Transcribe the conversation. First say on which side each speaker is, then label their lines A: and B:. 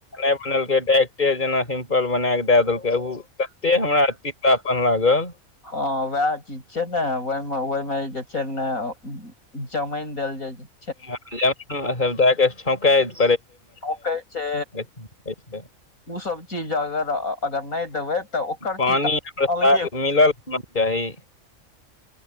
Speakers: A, on the left; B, on the left.
A: बनेलकै डायरेक्टे जेना सिम्पल बना कऽ दए देलकै ओ तते हमरा तीतापन लागल
B: हँ वएह चीज छै ने ओहि मे ओहिमे जे छै ने जमाईन देल जाय छै
A: हाँ छौकै <inaudible>
B: छौंकै छै
A: कऽ
B: उसब चीज अगर अगर नहि देबै तऽ ओकर
A: पानि
B: तीता
A: आओर साग
B: अलगे होइ
A: मिलल
B: छै
A: होना चाही